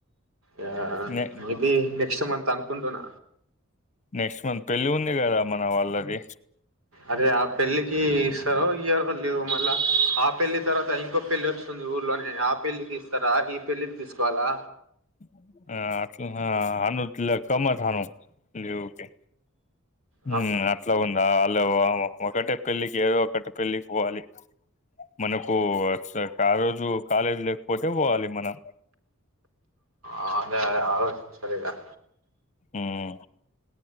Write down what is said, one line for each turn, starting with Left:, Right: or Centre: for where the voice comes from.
Right: య హా
Left: నే
Right: మేబి నెక్స్ట్ మంత్ అనుకుంటున్న
Left: నెక్స్ట్ మంత్ పెళ్లి ఉంది కదా మన వాళ్ళది.
Right: అదె ఆ పెళ్ళికి ఇస్తారో ఇయ్యారో లీవ్ మళ్ళా, ఆ పెళ్లి తర్వాత ఇంకో పెళ్లి ఓస్తుంది ఊర్ ఊర్లనే ఆ పెళ్లికి ఇస్తరా ఈ పెళ్లికి తీసుకోవలా
Left: <unintelligible> ఆ అట్ల నా అనుట్ లెక్క మై జాలున్ రి ఊకె ఉమ్
Right: ఆ
Left: అట్ల ఉందా అళ్ళవొవ్ ఒకటే పెళ్ళికి ఏదో ఒకటి పెళ్ళికి పోవాలి. మనకు ఎక్స్ట్రా కాలేజు కాలేజ్ లేకపోతే పోవాలి మనం
Right: ఆ అదే ఆలోచించుకోవాలి గ
Left: ఉమ్మ్